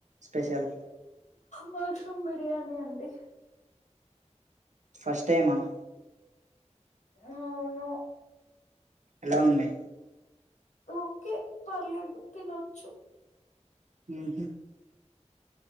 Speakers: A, on the right (about 80°); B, on the left (about 85°).
A: స్పెషల్
B: మష్రూమ్ బిర్యానీ అండి
A: ఫస్ట్ టైం ఆహ్
B: అ అవును
A: ఎలా ఉంది
B: ఓకే పర్లేదు తినొచ్చు
A: హ్మ్ హు